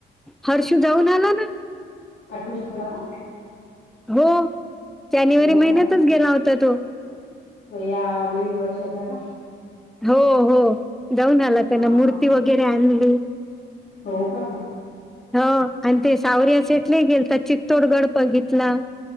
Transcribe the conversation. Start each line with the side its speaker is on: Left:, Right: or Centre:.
Centre: हर्षू जाऊन आला ना
Left: खाटू शामला का
Centre: हो जानेवारी
Left: हो
Centre: महिन्यातच
Left: का
Centre: गेला होता तो.
Left: हो या नवीन वर्षाचा का?
Centre: हो हो जाऊन आला त्यांनी
Left: हा
Centre: मूर्ती
Left: हा
Centre: वगैरे आणली.
Left: हो का.
Centre: हो आणि ते सावरि शेटले गेलता चितोडगड बघितला.